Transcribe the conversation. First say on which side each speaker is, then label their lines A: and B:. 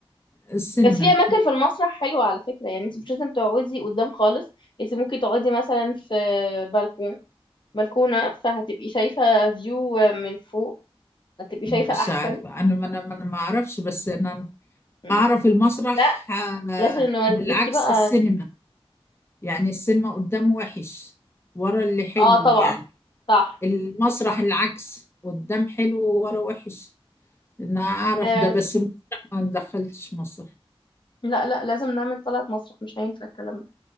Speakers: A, on the left; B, on the left.
A: السينما
B: بس في اماكن في المسرح حلوة على فكرة يعني انت مش لازم تقعدي قدام خالص انت ممكن تقعدي مثلا في بلكون بلكونة فهتبقي شايفة فيو من فوق هتبقي
A: مش
B: شايفة احسن
A: عارفة أنا ما أنا ما أنا ما أعرفش بس أنا
B: مم.
A: أعرف المسرح
B: لا
A: آه،
B: لازم نوديكي
A: بالعكس
B: بقى
A: السينما يعني السينما قدام وحش ورا اللي حلو
B: اه طبعا
A: يعني
B: صح
A: المسرح
B: صح
A: العكس قدام حلو وورا وحش أنا أعرف
B: آه
A: ده بس المسرح ما دخلتش مسرح
B: لا لا لازم نعمل طلعة مسرح مش هينفع الكلام ده